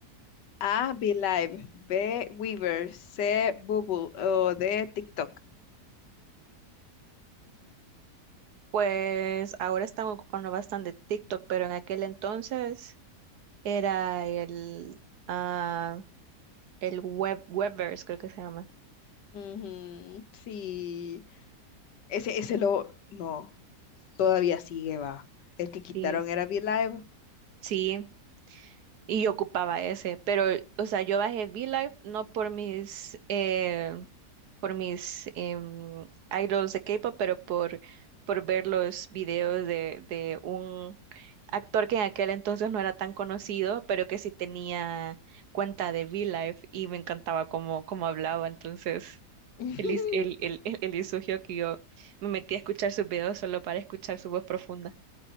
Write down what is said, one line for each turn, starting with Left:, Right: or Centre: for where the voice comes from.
Left: A. Be Live. B. Weaver. C. Bubble. O D. TikTok.
Right: Pues ahora están ocupando bastante TikTok, pero en aquel entonces era el, ah, el web, Webverse, creo que se llama.
Left: Ujú, sí. Ese, ese lo. No, todavía sigue, va. El que quitaron
Right: Sí.
Left: era Be Live.
Right: Sí, Y yo ocupaba ese, pero, o sea, yo bajé V-Live no por mis, eh, por mis em, idols de K-pop, pero por, por ver los videos de, de un actor que en aquel entonces no era tan conocido, pero que sí tenía cuenta de V-Live y me encantaba cómo, cómo hablaba. Entonces,
Left: <laughs>
Right: él, is- él, él, él, él exigió que yo me metí a escuchar sus videos solo para escuchar su voz profunda.